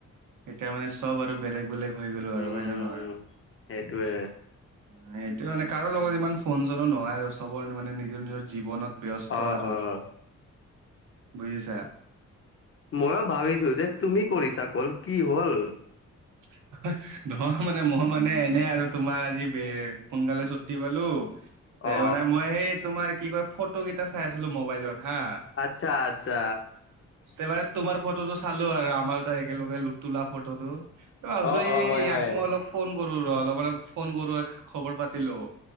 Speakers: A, on the right; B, on the left.
A: এতিয়া মানে চব আৰু বেলেগ বেলেগ হৈ গলোঁ
B: উম
A: আৰু হয় নে নহয়?
B: সেইটোৱে
A: সেইটোৱে মানে কাৰো লগত ইমান ফোন চনো নহয় আৰু চবৰে মানে নিজৰ নিজৰ জীৱনত ব্যস্ত
B: অ
A: আৰু
B: অ
A: বুজিছা?
B: ময়ো ভাবিছোঁ যে তুমি কৰিছা কল কি হ'ল।
A: <inaudible> নহয় মানে মই মানে এনে আৰু তোমাৰ আজি ব সোনকালে ছুটি পালো। তে
B: অ
A: মানে মই সেই তোমাৰ কি কয় ফটো কেইটা চাই আছিলোঁ মবাইলত হা।
B: আচ্ছা আচ্ছা।
A: তেবে তোমাৰ ফটোটো চালো আৰু আমাৰ দুটাৰ একেলগে লো তোলা ফটোটো। ত' ভাবিছো
B: অ
A: এই
B: অ হয়
A: ইয়াক
B: হয়
A: মই অলপ ফোন কৰো ৰ' অলপ ম ফোন কৰো খবৰ পাতি লওঁ।